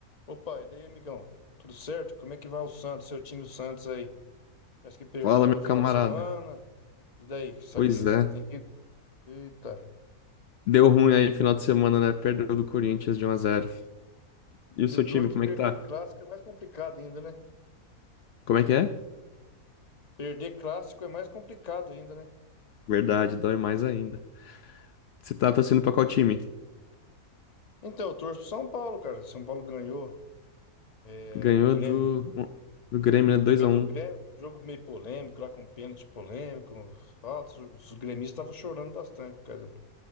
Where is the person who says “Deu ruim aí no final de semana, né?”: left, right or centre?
Left